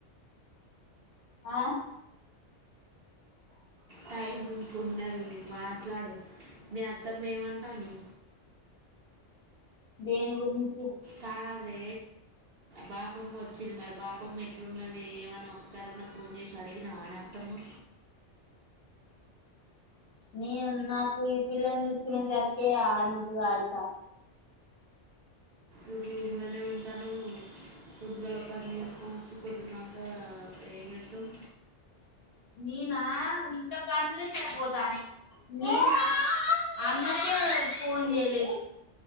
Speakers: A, on the left; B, on the right.
A: ఆ
B: టైం ముంకున్నది మాట్లాడు మీ అత్తమ్మ ఏమంటంది.
A: దేని గురించి
B: కాదే బాపమ్మ వచ్చింది మరి బాపమ్మ ఎట్లున్నది ఏమన్నా ఒకసారన్న ఫోన్ చేసి అడిగినవ అత్తమ్మ
A: నేను నాకు ఈ పిల్లని చూసుకునే సరికె ఆయించు అయితాంది.
B: ఈ దీపమలే ఉన్ ట్టన్ పొద్దిగాల పని చేసుకొని వచ్చి పొద్దుగాకా ఏం చేత్తవ్?
A: నేనా ఇంత పనులే సర్పొతానయ్. నేన అమ్మకి ఫోన్ చేయలే